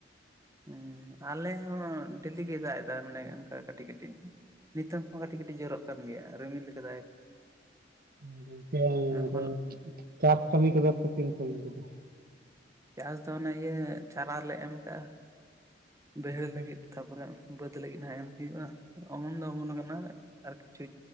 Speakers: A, on the right; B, on the right.
A: ᱦᱮᱸ ᱟᱞᱮ ᱦᱚᱸ ᱰᱮᱞᱤ ᱜᱮᱭ ᱫᱟᱜ ᱮᱫᱟ ᱢᱟᱱᱮ ᱚᱱᱠᱟ ᱠᱟᱹᱴᱤᱡ ᱠᱟᱹᱴᱤᱡ ᱾ ᱱᱤᱛᱚᱝ ᱦᱚᱸ ᱠᱟᱹᱴᱤᱡ ᱠᱟᱹᱴᱤᱡ ᱡᱚᱨᱚᱜ ᱠᱟᱱ ᱜᱮᱭᱟ ᱨᱤᱢᱤᱞ ᱠᱟᱫᱟᱭ ᱾
B: <unintelligible> ᱟᱫᱚ
A: ᱦᱚᱞ
B: ᱪᱟᱥ ᱠᱟᱹᱢᱤ ᱠᱚᱫᱚ ᱯᱮ ᱛᱤᱱ ᱥᱟᱹᱜᱤᱧ ᱠᱮᱫᱟ?
A: ᱪᱟᱥ ᱫᱚ ᱚᱱᱮ ᱤᱭᱟᱹ ᱪᱟᱨᱟ ᱞᱮ ᱮᱢ ᱠᱟᱜᱼᱟ ᱵᱟᱹᱭᱦᱟᱹᱲ
B: ᱠᱮᱫᱟ
A: ᱞᱟᱹᱜᱤᱫ ᱾ ᱛᱟᱯᱚᱨᱮ ᱵᱟᱹᱫᱽ ᱞᱟᱹᱜᱤᱫ ᱦᱟᱜ ᱮᱢ ᱦᱩᱭᱩᱜᱼᱟ ᱚᱢᱚᱱ ᱫᱚ ᱚᱢᱚᱱ ᱠᱟᱱᱟ ᱾ ᱟᱨ ᱠᱤᱪᱷᱩᱭ